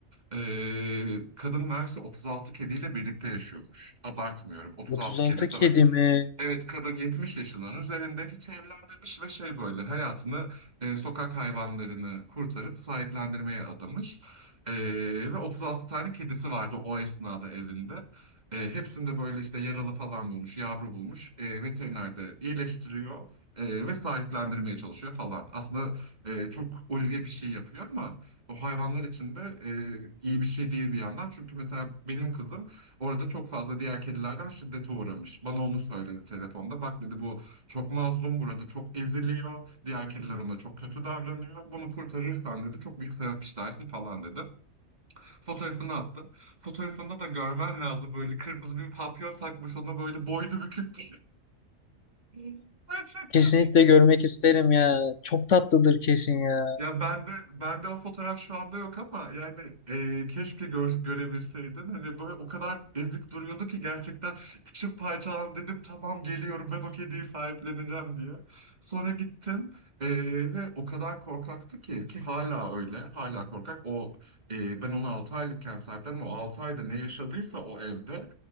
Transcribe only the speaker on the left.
36
kedimi
kesinlikle görmek isterim ya. Çok tatlıdır kesin ya.